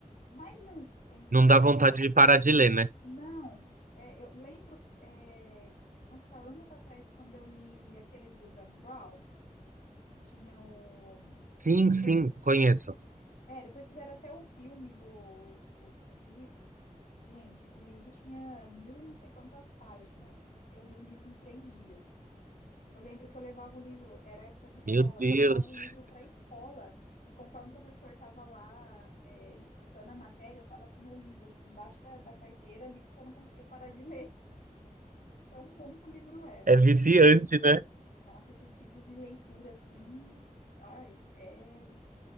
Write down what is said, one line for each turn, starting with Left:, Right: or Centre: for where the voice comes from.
Left: Mais de uns tempinhos
Right: Não dá vontade
Left: para
Right: de parar
Left: cá,
Right: de ler, né?
Left: não, é, eu lembro, é, nossa, anos atrás, quando eu li aqueles do Dan Brown, que tinha o.
Right: Sim,
Left: Depois,
Right: sim, conheço.
Left: é, depois fizeram até o filme do, do, dos livros. Gente, o livro tinha mil e não sei quantas páginas. Eu li o livro em três dias. Eu lembro que eu levava o livro, era época de escola,
Right: Meu Deus,
Left: eu levava o livro para a escola e conforme o professor estava lá é, explicando a matéria, eu estava com o meu livro assim embaixo da, da carteira ali porque eu não conseguia parar de <laughs> ler, de tão bom que o livro era.
Right: é viciante, né?
Left: Nossa, esses tipos de leitura assim, ai, é